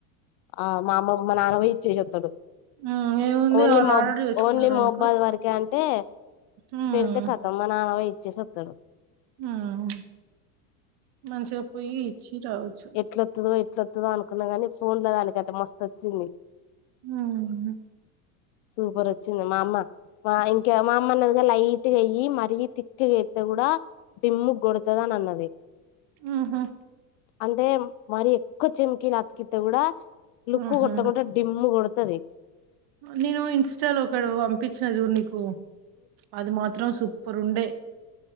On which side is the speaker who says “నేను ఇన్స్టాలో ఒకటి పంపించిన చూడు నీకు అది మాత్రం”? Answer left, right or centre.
Right